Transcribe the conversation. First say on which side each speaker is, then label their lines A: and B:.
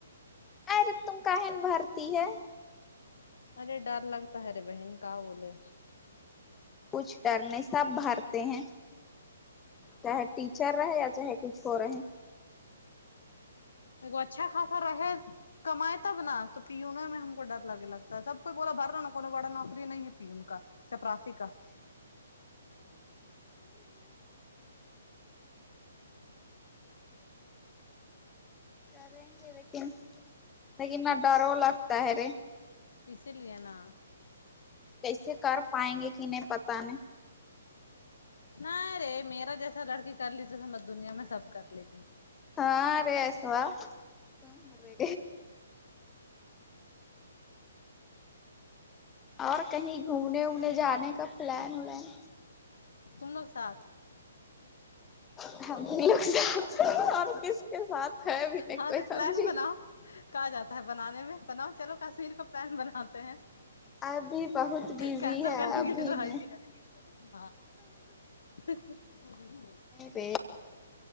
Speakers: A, on the left (about 15°); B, on the left (about 65°).
A: ارے تم کا ہے ن بہارتی ہے
B: ارے ڈر لگتا ہے رے بہن کا بولے
A: کچھ ڈر نہیں سب بھرتے ہیں چاہے ٹیچر رہے یا چاہے کچھ ہو رہے
B: اچھا خاصا رہے کمائے تب نا تو پیونے میں ہم کو ڈر لگے لگتا سب کو بولا بھر رہو نا کو بڑا نوکری نہیں پیون کا چپراسی کا
A: کریں گے لیکن لیکن نہ ڈر ہو لگتا ہےرے
B: اسی لیے نا
A: کیسے کر پائیں گے کہ نی پتاہ نی
B: نیں رے میرا جیسا لڑکی کر لی جیسا م دنیا میں سب کر لے گی <inaudible>
A: ہاں رے ایسوا تم رے اور کہیں گھومنے وومنے جانے کا پلان ولان
B: تم لوگ ساتھ
A: لوگ اور کس کے <unintelligible> ساتھ ہےب نے
B: ہاں
A: کوئی
B: تو پلان
A: سمجھی
B: بناؤ کہا جاتا ہے بنانے میں بناؤ چلو کشمیر کو پلان بناتے ہیں
A: ابھی بہت بزی
B: کینسل
A: ہے
B: کرنے
A: ابھی
B: کے لیے تو
A: نہیں
B: آئی ہے ہاں نہ <inaudible> یں
A: پ